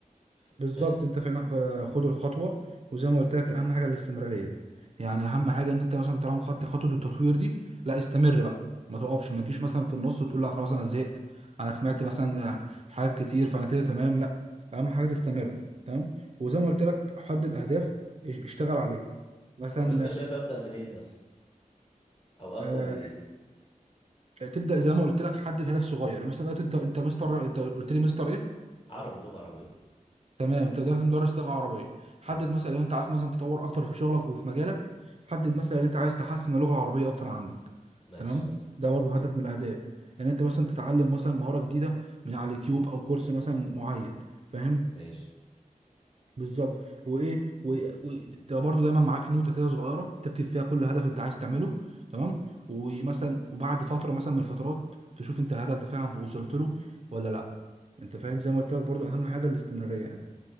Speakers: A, on the left; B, on the right.
A: ف...
B: بالظبط
A: ف...
B: انت فعلا خ- خد الخطوه وزي ما قلت لك اهم حاجه الاستمراريه يعني
A: مم.
B: اهم حاجه ان انت مثلا طالما خدت خطوه التطوير دي لا استمر بقى ما تقفش ما تجيش مثلا في النص وتقول لا خلاص انا زهقت انا سمعت مثلا حاجات كتير فانا كده تمام لا اهم حاجه تستمر تمام وزي ما قلت لك حدد اهداف اش- اشتغل عليها مثلا
A: طب انت شايف ابدا منين مثلا او ابدا
B: آه،
A: بايه
B: تبدا زي ما قلت لك حدد هدف صغير يعني مثلا دلوقتي انت انت مستر انت قلت لي مستر ايه
A: عربي لغه عربيه
B: تمام انت دلوقتي مدرس لغه عربيه حدد
A: اي
B: مثلا لو انت عايز مثلا تطور اكتر في شغلك وفي مجالك حدد
A: مم.
B: مثلا ان انت عايز تحسن اللغه العربيه اكتر عندك
A: ماشي
B: تمام
A: مثلا
B: ده برضه هدف من الاهداف ان انت مثلا تتعلم مثلا مهاره جديده من على اليوتيوب او كورس مثلا معين فاهم
A: ماشي
B: بالظبط وايه و- و- تبقى برضه دايما معاك نوته كده صغيره تكتب فيها كل هدف انت عايز تعمله تمام ومثلا وبعد فتره مثلا من الفترات تشوف انت الهدف ده فعلا وصلت له ولا لا انت فاهم زي ما قلت لك برضه اهم حاجه الاستمراريه يعني